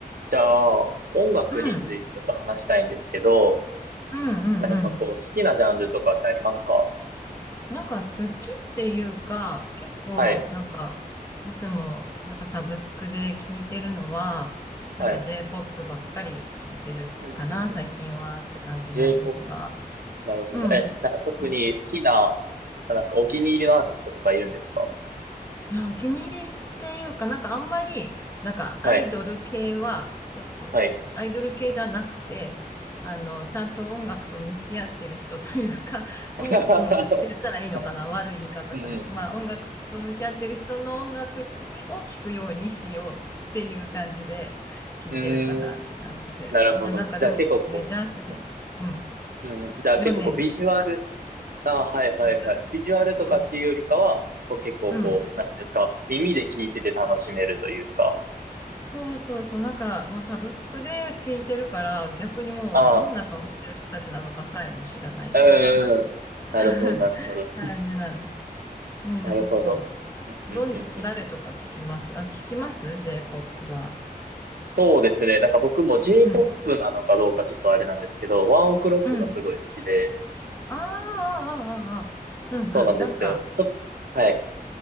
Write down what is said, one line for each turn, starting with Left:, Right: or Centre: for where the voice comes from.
Right: じゃあ、音楽についてちょっと話したいんですけど、
Left: うん、うん、うん、
Right: 何かこう、
Left: うん。
Right: 好きなジャンルとかってありますか
Left: なんか好きっていうか、結構なんか、
Right: はい、
Left: いつもなんかサブスクで聞いてるのは、なんか
Right: はい。
Left: J-POP ばっかり聞いてるかな、
Right: うんうんう
Left: 最近はって感じなんですが。
Right: ん。J-POP、なるほど。
Left: うん。
Right: え、なんか特に好きな、
Left: J-POP。
Right: あなんかお気に入りのアーティストとかいるんですか
Left: いや、お気に入りっていうか、なんかあんまり、なんかアイドル系は、
Right: はい、
Left: ちょっと、
Right: はい。
Left: アイドル系じゃなくて、あの、ちゃんと音楽と向き合ってる人というか、<laughs>
Right: <laughs>
Left: 音、うん、って言ったらいいのかな悪い言い方かな。
Right: はい。うんう
Left: まあ、音楽と向き合ってる人の音楽にを聞くようにしようっていう感じで聞いてるかなって感じで。
Right: ん。うーん、なるほど。
Left: まあ、なんかでもメジャーすぎるかも。
Right: じゃあ結構こう、うん、
Left: うん。
Right: うんうん。じゃあ結構こう、
Left: ヨネズとか。
Right: ビジュアル、あ、はいはいはい。
Left: メジャー
Right: ビジュアルとかっていうよりかは、
Left: うん。
Right: こう結構こう、
Left: うん。
Right: なんていうんですか、耳で聞いてて楽しめるというか、
Left: そうそうそう、なんかもうサブスクで聞いてるから、
Right: うん
Left: 逆にもうどんな顔してる人たちなのかさえも知らないみたいな
Right: あうんうん。
Left: <laughs>
Right: なるほど、なるほど。
Left: 感じなの。うん、
Right: なるほど。
Left: そ
Right: うんうんうんうん
Left: う。どん、誰とか聞きますあ、聞きます ?J-POP は。
Right: そうですね。なんか僕も J-POP
Left: うん、
Right: なのかどうかちょっとあれなんですけど、ワンオクロックがすごい好きで、
Left: うん。ああ、ああ、ああうん、
Right: そうなんですよ。
Left: うん。なんか、
Right: ちょっと、はい。